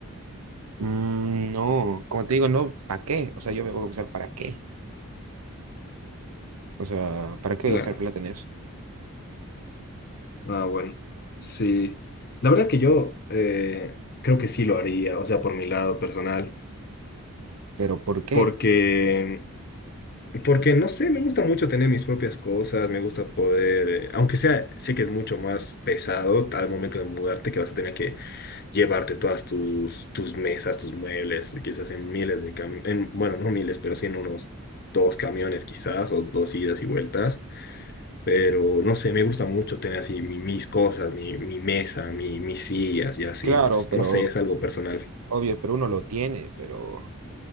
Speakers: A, on the right; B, on the left.
A: Mm, no, como te digo, no, ¿para qué? O sea, yo me voy a usar para qué. O sea, ¿para qué
B: Claro.
A: voy a gastar plata en eso?
B: Ah, bueno. Sí. La verdad es que yo eh, creo que sí lo haría, o sea, por mi lado personal,
A: Pero ¿por qué?
B: porque... Porque no sé, me gusta mucho tener mis propias cosas, me gusta poder, eh, aunque sea, sé que es mucho más pesado al momento de mudarte, que vas a tener que llevarte todas tus, tus mesas, tus muebles, quizás en miles de camiones, bueno, no miles, pero sí en unos dos camiones quizás, o dos idas y vueltas. Pero no sé, me gusta mucho tener así mi- mis cosas, mi, mi mesa, mi, mis sillas y así,
A: Claro,
B: no, s-
A: pero
B: no sé, es algo personal.
A: obvio, pero uno lo tiene, pero